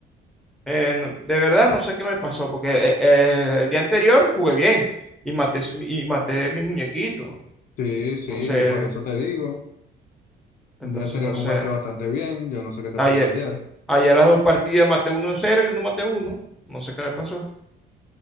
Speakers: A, in the centre; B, on the left.
A: Eh, no- de verdad, no sé qué me pasó, porque eh, eh, el día anterior jugué bien y maté, s- y maté mis muñequitos.
B: Sí, sí,
A: No sé,
B: yo por eso te digo. Un
A: entonces
B: día anterior
A: no sé.
B: jugaste bastante bien, yo no sé qué te
A: Ayer,
B: pasó ayer.
A: ayer las dos partidas maté uno en cero y uno maté uno. No sé qué me pasó.